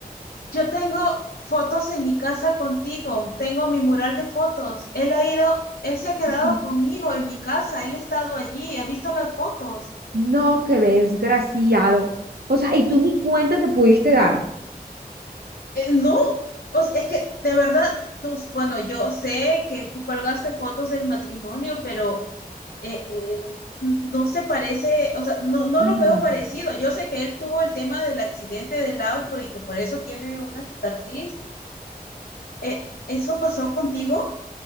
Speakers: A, on the left; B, on the right.
A: yo tengo fotos en mi casa contigo, tengo mi mural de fotos. Él ha ido, él se ha quedado
B: No,
A: conmigo en mi casa, él ha estado allí, ha visto las fotos.
B: no, qué desgraciado. O sea, y tú ni cuenta te pudiste dar.
A: Eh, no, o sea, es que de verdad, tú, bueno, yo sé que tú colgaste fotos del matrimonio, pero eh, eh, no se parece, o sea, no, no
B: no
A: lo veo parecido. Yo sé que él tuvo el tema del accidente del auto y que por eso tiene una cicatriz. Eh, ¿eso pasó contigo?